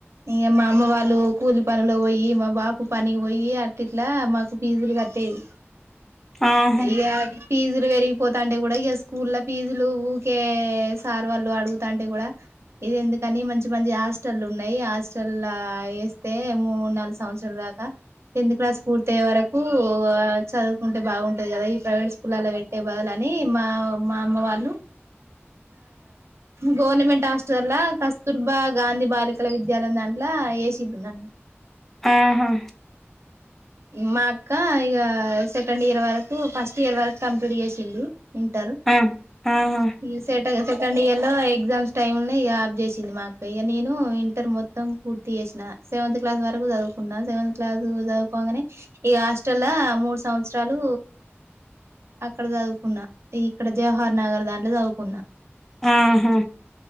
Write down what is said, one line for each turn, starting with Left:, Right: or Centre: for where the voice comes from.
Right: ఇ మా అమ్మ వాళ్ళు కూలి పనులో పోయి మా బాపు పనికినికి పోయి అటి ఇట్లా మాకు ఫీజులు కట్టేది.
Centre: ఆహా
Right: ఇకా ఫీజు పెరిగిపోతాంటే కూడా ఇక స్కూల్ ఫీజులు ఊకే సార్ వాళ్ళు అడుగుతాంటే కూడా ఇది ఎందుకని మంచి మంచి హాస్టల్ ఉన్నాయి. హాస్టల్ వేస్తే మూడు నాలుగు సంవత్సరాల దాకా టెన్త్ క్లాస్ పూర్తయ్యే వరకు చదువుకుంటే బాగుంటది. కదా ఈ ప్రైవేట్ స్కూల్ అలా పెట్ ఎవ్వలని మా మా అమ్మ వాళ్ళు గవర్నమెంట్ హాస్టల్లా కస్తూర్బా గాంధీ బాలికల విద్యాలయం దాంట్లో వేసింట్రు నన్ను
Centre: ఆహా
Right: మా అక్క ఇగ సెకండ్ ఇయర్ వరకు, ఫస్ట్ ఇయర్ వరకు కంప్లీట్ చేసింది. వింటారు
Centre: ఆ ఆహా
Right: ఇ సేటాగ కండ్ ఇయర్ లో ఎగ్జామ్స్ టైములో ఇగ ఆఫ్ చేశింది మా అక్క. ఇగ నేను ఇంటర్ మొత్తం పూర్తి చేసిన, సెవెంత్ క్లాస్ వరకు చదువుకున్న సెవెంత్ క్లాస్ చదువు పోగానే ఈ హాస్టల్ మూడు సంవత్సరాలు అక్కడ చదువుకున్నా ఇక్కడ జవహార్ నగర్ దాంట్లో చదువుకున్న
Centre: ఆహా